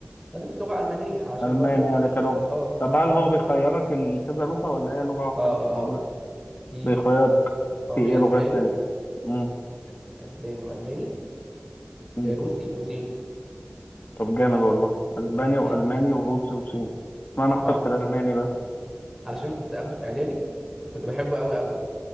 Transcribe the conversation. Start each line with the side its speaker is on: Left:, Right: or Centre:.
Centre: بدرس لغه المانيه علشان
Left: ألماني
Centre: برضو
Left: يعني
Centre: ال-
Left: كلغة
Centre: ال- اه
Left: طب هل
Centre: اه
Left: هو بيخيرك إن كذا لغة ولا هي لغة واحدة
Centre: اه
Left: بس
Centre: اه
Left: اللي موجودة؟
Centre: اه في
Left: بيخيرك
Centre: اه
Left: في
Centre: في
Left: ايه لغات
Centre: اسباني
Left: تانية؟ مم.
Centre: في اسباني والماني
Left: مم.
Centre: وروسي وصيني
Left: طب جامد والله أسباني وألماني
Centre: مم.
Left: وروسي وصيني ما أنا اخترت
Centre: اه
Left: الألماني بقى
Centre: علشان كنت اخده في اعدادي وكنت بحبه قوي قوي